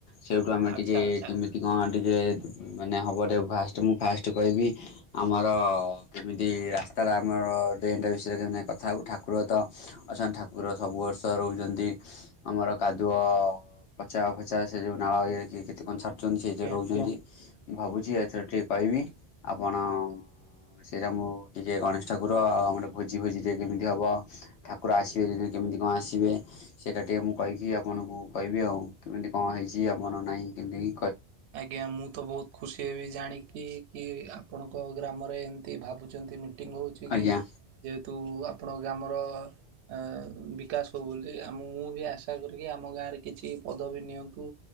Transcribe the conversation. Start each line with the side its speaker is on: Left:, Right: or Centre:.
Left: ସେଇଠୁ ଆମେ
Right: ଆଚ୍ଛା
Left: ଟିକେ
Right: ଆଚ୍ଛା
Left: କେମିତି କଣ ଟିକେ ମାନେ ହବ ଟିକେ ଫାଷ୍ଟେ ମୁଁ ଫାଷ୍ଟେ କହିବି ଆମର କେମିତି ରାସ୍ ତାର ଆମର ଡ୍ରେନଟା ବିଷୟରେ ମାନେ କଥା ହୋବୁ ଠାକୁ ଠାକୁର ତ ଅଛନ୍ତି ଠାକୁର ସବୁ ବର୍ଷ ରହୁଚନ୍ତି ଆମର କାଦୁଅ ପଚା ଫଚା ସେଇ ଯୋଉ ନାଳ ଦିହରେ କିଏ କେତେ କଣ ଛାଡୁଚନ୍ତି ସେଇଥିରେ
Right: ଆଜ୍ଞା।
Left: ରହୁଚନ୍ତି। ମୁଁ ଭାବୁଚି ଏଥରେ ଟିକେ କହିମି ଆପଣ ଅଁ ସେଇଟା ମୋ ଟିକେ ଗଣେଶ ଠାକୁର ଆଉ ଆମର ଭୋଜି ଫୋଜି ଟିକେ କେମିତି ହବ? ଠାକୁର ଆସିବେ ଦିନେ କେମିତି କଣ ଆସିବେ ସେଇଟା ଟିକେ ମୁଁ କହିକି ଆପଣଙ୍କୁ କହିବି ଆଉ କେମି କଣ ହେଇଚି ଆପଣ ନାହିଁ କି ନେଇ
Right: ଆଜ୍ଞା ମୁଁ ତ ବୋହୁତ ଖୁସି ହେବି ଜାଣିକି କି ଆପଣଙ୍କ ଗ୍ରାମ ର ଏମତି ଭାବୁଚନ୍ତି ମିଟିଂ ହୋଉଛି
Left: ଆଜ୍ଞା
Right: କି ଯେହେତୁ ଆ ଆପଣଙ୍କ ଗ୍ରାମର ଅ-ବିକାଶ ହୋଉ ବୋଲି ଆ ମୁଁ ବି ଆଶା କରିକି ଆମ ଗାଁରେ କିଛି ପଦବୀ ନିଅନ୍ତୁ